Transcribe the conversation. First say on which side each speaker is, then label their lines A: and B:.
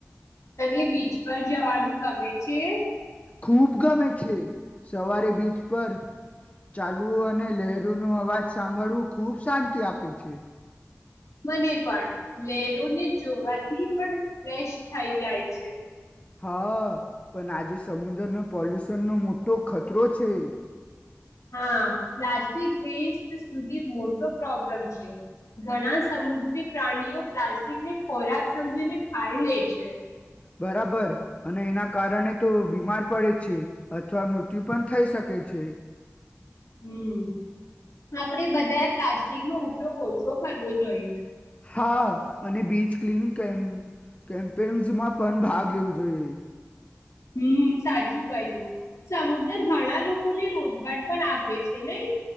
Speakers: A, on the left; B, on the left.
A: તને બીચ પર જવાનું ગમે છે?
B: ખૂબ ગમે છે. સવારે બીચ પર ચાલવું અને લહેરો નો અવાજ સાંભળવું ખૂબ શાંતિ આપે છે.
A: મને પણ લહેરોને જોવાથી પણ ફ્રેશ થઈ જાય છે.
B: હા પન આજે સમુંદરનો પોલ્યુશનનો મોટો ખતરો છે.
A: હા પ્લાસ્ટિક વેસ્ટ સુધી મોટો પ્રોબ્લમ છે. ઘણા સમુદ્રી પ્રાણીઓ પ્લાસ્ટિકને ખોરાક સમજીને ખાઈ લે છે.
B: બરાબર અને એના કારણે તો બીમાર પડે છે. અથવા મૃત્યુ પણ થઈ શકે છે.
A: હમ આપડે બધાએ પ્લાસ્ટિકનો ઉપયોગ ઓછો કરવો જોઈએ.
B: હા અને બીચ ક્લીનિંગ કેમ કેમ્પેન્સમાં પન ભાગ લેવું જોઈએ.
A: હમ સાચું કહ્યું. સમુંદર ઘણા લોકોને રોજગાર પણ આપે છે નઈ.